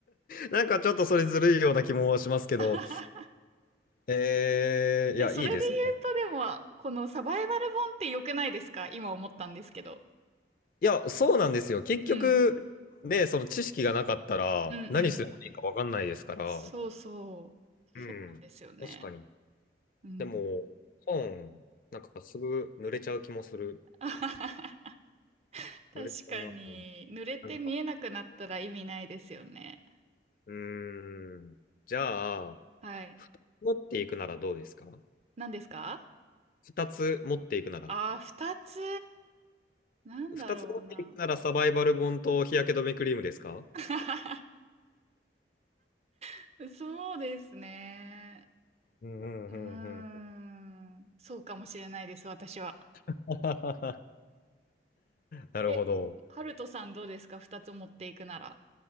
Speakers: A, on the left; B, on the right.
A: なんかちょっとそれずるいような気もしますけど、
B: <laughs>
A: えー、いや、
B: え、それで
A: いいですね。
B: 言うとでも、このサバイバル本って良くないですか今思ったんですけど。
A: いや、そうなんですよ。結局、
B: うん、
A: ね、その知識がなかったら、
B: うん、うん。
A: 何すればいいかわかんないですから。
B: そうそう。
A: うん。
B: そうなんですよね。
A: 確かに。
B: うん。
A: でも、本、なんかすぐ濡れちゃう気もする。
B: <laughs> 確かに、
A: 濡れちゃうな。
B: 濡れて見えなくなったら意味ないですよね。
A: なんか、うーん。じゃあ、
B: はい。
A: 持っていくならどうですか
B: 何ですか
A: 二つ持っていくなら。
B: ああー、二つ。なんだろうな。
A: 二つ持っていくならサバイバル本と日焼け止めクリームですか
B: <laughs> <laughs> そうですね。
A: うんうんうんうん。
B: うーん。そうかもしれないです、私は。
A: <laughs> なるほど。
B: え、ハルトさんどうですか二つ持っていくなら。